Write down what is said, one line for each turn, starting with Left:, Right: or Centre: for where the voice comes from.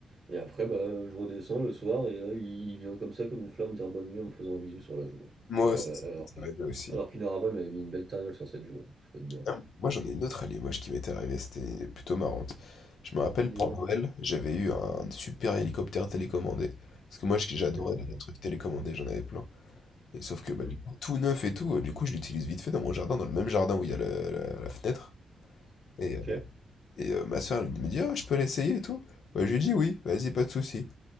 Right: Et après, bah, je redescends le soir et là, il vient comme ça, comme une fleur, me dire bonne nuit en me faisant un bisou sur la joue.
Left: Moi,
Right: Ouais, Euh,
Left: ça, ça
Right: alors
Left: m'était
Right: que,
Left: arrivé aussi.
Right: alors qu'une heure avant, il m'avait mis une belle tarniole sur cette joue, je peux te dire.
Left: Ah, moi, j'en ai une autre à Limoges qui m'était arrivée, c'était plutôt marrante. Je me rappelle,
Right: Dis-moi.
Left: pour Noël, j'avais eu un super hélicoptère télécommandé. Parce que moi, je- j'adorais
Right: Ok, sympa.
Left: les trucs télécommandés, j'en avais plein. Et sauf que
Right: Mhm.
Left: bah, du coup, tout neuf et tout, euh, du coup, je l'utilise vite fait dans mon jardin, dans le même jardin où il y a la, la- la fenêtre. Et,
Right: Ok.
Left: euh, et, euh, ma soeur, elle me dit, Ah, je peux l'essayer et tout. Bah, je lui dis, oui, vas-y, pas de souci.